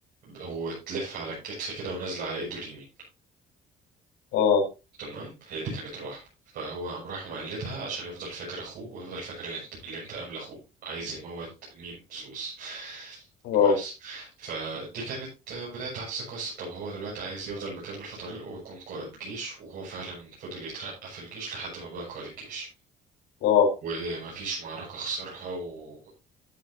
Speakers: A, on the right; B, on the left.
A: وتلف على الكتف كده ونازلة على ايده اليمين
B: اه
A: تمام هي دي كانت الوحمة فهو قام راح مقلدها عشان يفضل فاكر اخوه ويفضل فاكر الانت- الانتقام لاخوه عايز يموت مين سوس
B: اه
A: كويس فدي كانت بداية أحداث القصة طب هو دلوقتي عايز يفضل مكمل في طريقه ويكون قائد جيش وهو فعلا فضل يترقى في الجيش لحد ما بقى قائد الجيش
B: اه
A: ومفيش معركة خسرها و